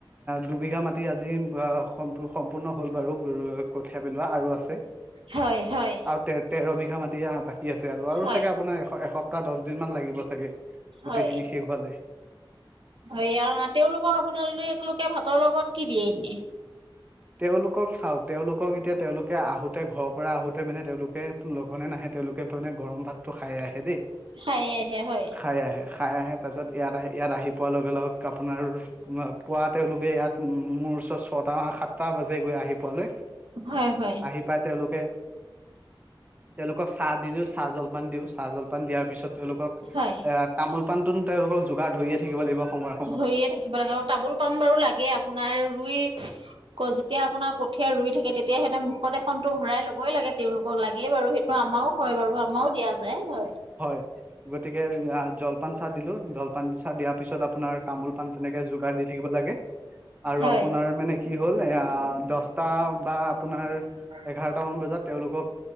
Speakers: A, on the right; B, on the right.
A: দুবিঘা মাটি আজি অহহ' সম্প সম্পূৰ্ণ হ'ল বাৰু কঠিয়া পেলোৱা আৰু আছে।
B: হয় হয়।
A: আৰু তেৰ তেৰ বিঘা মাটি বাকী আছে আৰু। আৰু
B: হয়
A: চাগে আপোনাৰ এ এসপ্তাহ দহ দিন মান লাগিব চাগে
B: হয়
A: গোটেইখিনি শেষ হোৱালে।
B: হয় এয়া তেওঁলোকক আপোনালোকে ভাতৰ লগত কি দিয়ে এনে?
A: তেওঁলোকক চাওক তেওঁলোকক এতিয়া তেওঁলোকে আহোতে ঘৰৰ পৰা আহোতে মানে তেওঁলোকে লঘোনে নাহে তেওঁলোকে মানে গৰম ভাতটো খাই আহে দেই।
B: খাই আহে হয়।
A: খাই আহে খাই আহে তাৰপিছত ইয়াত আহি ইয়াত আহি পোৱাৰ লগে লগে আপোনাৰ তোমাৰ পুৱা তেওঁলোকে ইয়াত মোৰ ওচৰত ছটা সাতটা বাজে গৈ আহি পোৱালৈ।
B: হয় হয়।
A: আহি পায় তেওঁলোকে তেওঁলোকক চাহ দি দিওঁ চাহ জলপান দিওঁ চাহ জলপান দিয়াৰ পিছত তেওঁলোকক
B: হয়।
A: এ তামোল পাণটোন তেওঁলোকক যোগাৰ ধৰিয়ে- থাকিব লাগিব সময়ত।
B: ধৰিয়ে থাকিব লাগে অ তামোল পাণ বাৰু লাগে আপোনাৰ ৰুই - যেতিয়া আপোনাৰ কঠীয়া ৰুই থাকে তেতিয়া সিহঁতে মুখ এখনটো ভৰাই লবই লাগে। তেওঁলোকক লাগেই বাৰু সেইটো আমাৰও হয় বাৰু আমাৰও দিয়া যায় হয়।
A: হয় গতিকে জলপান চাহ দিলো জলপান চাহ দিয়াৰ পিছত আ- আপোনাৰ তামোল পাণ তেনেকে যোগাৰ দি থাকিব লাগে আৰু
B: হয়
A: আপোনাৰ মানে কি হ'ল এ দহ- দহটা বা আপোনাৰ -
B: <unintelligible>
A: দহটামান বজাত তেওঁলোকক